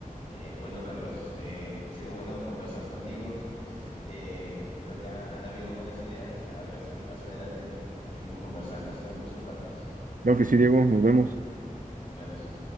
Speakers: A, on the left (about 40°); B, on the right (about 70°).
A: Eh, bueno, Carlos, eh, ha sido bueno conversar contigo. <laughs> Eh, creo que ha- han habido buenas ideas. A ver si más adelante seguimos conversando. Ha sido un gusto, Carlos.
B: Creo que sí, Diego, nos vemos.
A: Nos vemos.